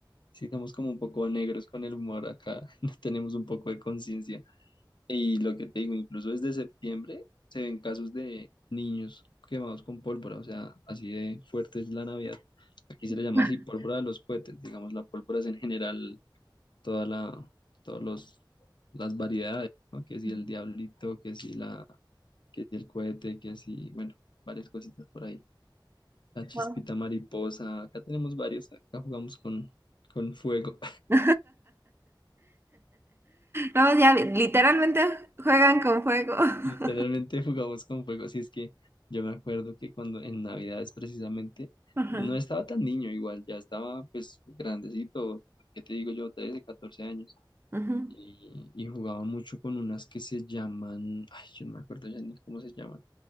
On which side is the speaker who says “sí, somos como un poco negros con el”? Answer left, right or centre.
Left